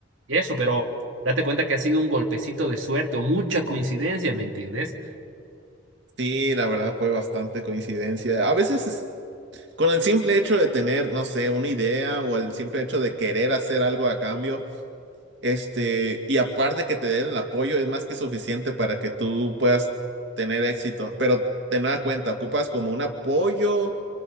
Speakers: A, on the right; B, on the right.
A: y eso, pero date cuenta que ha sido un golpecito de suerte o mucha coincidencia, ¿me entiendes?
B: Sí, la verdad fue bastante coincidencia. A veces Con el simple hecho de tener, no sé, una idea o el simple hecho de querer hacer algo a cambio, este, y aparte que te den el apoyo, es más que suficiente para que tú puedas tener éxito. Pero de nada cuenta, ocupas como un apoyo